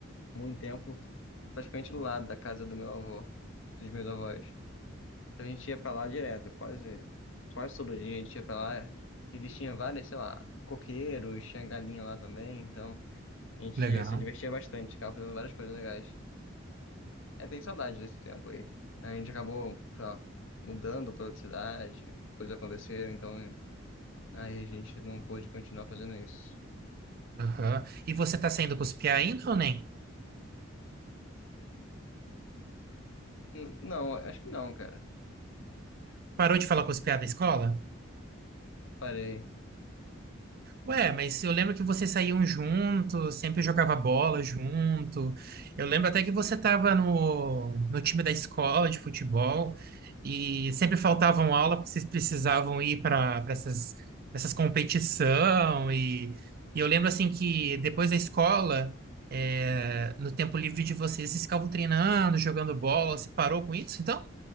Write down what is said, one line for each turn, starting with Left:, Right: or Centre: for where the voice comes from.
Left: muito tempo praticamente do lado da casa do meu avô, dos meus avós. Então a gente ia pra lá direto, quase, quase todo dia a gente ia pra lá. Eles tinham várias, sei lá, coqueiros, tinha galinha lá também, então a gente
Right: Legal.
Left: se divertia bastante, ficava fazendo várias coisas legais. É, tem saudade desse tempo aí. A gente acabou, sei lá, mudando pra outra cidade, coisas aconteceram, então é, aí a gente não pôde continuar fazendo isso.
Right: Aham. E você tá saindo com os piá ainda ou nem?
Left: Hum, Não, acho que não, cara.
Right: Parou de falar com os piá da escola?
Left: Parei.
Right: Ué, mas eu lembro que vocês saíam juntos, sempre jogava bola junto. Eu lembro até que você estava no, no time da escola de futebol e sempre faltavam aula porque vocês precisavam ir para essas, essas competição. E, e eu lembro assim que depois da escola, é, no tempo livre de vocês, vocês ficavam treinando, jogando bola. Você parou com isso, então?